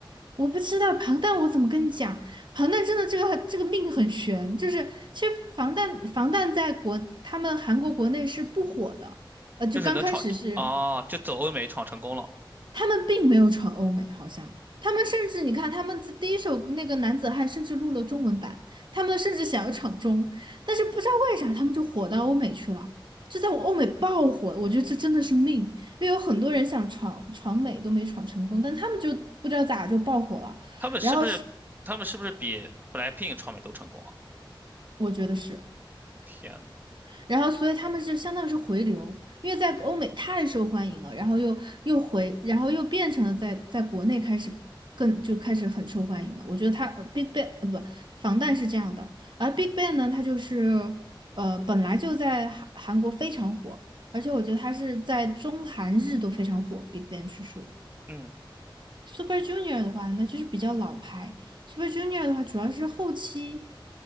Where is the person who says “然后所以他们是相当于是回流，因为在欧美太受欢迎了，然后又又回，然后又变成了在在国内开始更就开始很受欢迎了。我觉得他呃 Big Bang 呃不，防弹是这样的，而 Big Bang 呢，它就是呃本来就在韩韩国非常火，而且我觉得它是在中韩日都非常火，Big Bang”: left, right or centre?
Right